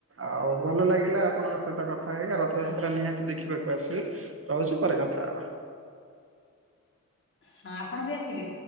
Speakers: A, on the right (about 45°); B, on the left (about 40°).
A: ଆଉ ଭଲ ଲାଗିଲା ଆପଣଙ୍କ ସହିତ କଥା ହେଇ ରଥଯାତ୍ରା
B: ହଁ
A: ନିହାତି ଦେଖ ଦେଖିବାକୁ ଆସିବେ ରହୁଛି ପରେ କଥା ହେବା।
B: ହଁ ଆପଣ ବି ଆସିବେ।